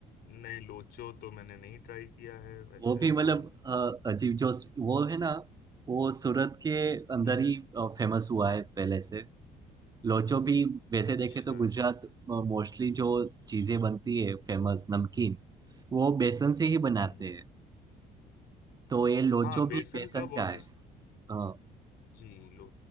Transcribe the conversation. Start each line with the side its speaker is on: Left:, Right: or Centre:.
Left: नहीं लोचो तो मैंने नहीं ट्राई किया है वैसे
Right: वो भी
Left: तो
Right: मतलब अ, अजीब जो वो है ना वो सूरत के अंदर
Left: हम्म
Right: ही
Left: हम्म,
Right: फेमस हुआ है पहले से लोचो भी वैसे
Left: अच्छा
Right: देखे तो गुजरात मोस्टली जो चीजें बनती है फेमस नमकीन वो बेसन से ही बनाते
Left: हम्म हम्म।
Right: हैं तो ये लोचो
Left: हाँ बेसन
Right: भी बेसन
Left: का बहुत
Right: का है
Left: इस-
Right: हाँ
Left: जी लो